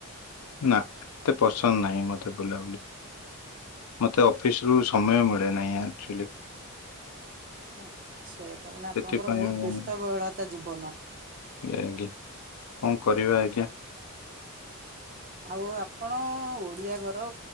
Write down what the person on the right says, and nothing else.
ଆଛା ତା ମାନୋ ଆପଣଙ୍କର
ବହୁତ
ବ୍ୟସ୍ତ ବହୁଳତା ଜୀବନ।
ଆଉ ଆପଣ ତ ଓଡ଼ିଆ ଘରର,